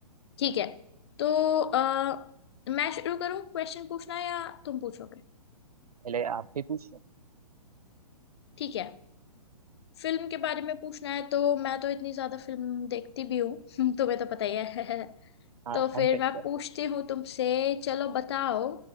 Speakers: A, on the left (about 40°); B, on the right (about 65°).
A: ठीक है तो अ, मैं शुरू करूँ क्वेश्चन पूछना या तुम पूछोगे
B: पहले आप भी पूछ लो
A: ठीक है फिल्म के बारे में पूछना है तो मैं तो इतनी ज्यादा फिल्म देखती भी हूँ <laughs> तुम्हें तो पता ही है <laughs>
B: हाँ
A: तो फिर
B: हम फिर
A: मैं पूछती हूँ तुमसे चलो बताओ